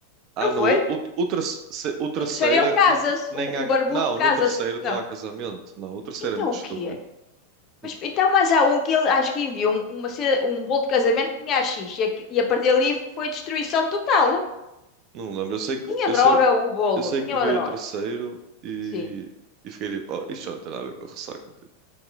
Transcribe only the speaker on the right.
Ah,
no, o, o, terce- se- o terceiro
n- nem
há.
Não,
no terceiro
não há casamento. Não, o terceiro
é muito
estúpido.
O te-
não lembro. Eu sei que,
eu
sei,
eu sei
que vi
o terceiro e,
e fiquei tipo, oh, isto não tem nada a ver com a Ressaca. Tipo.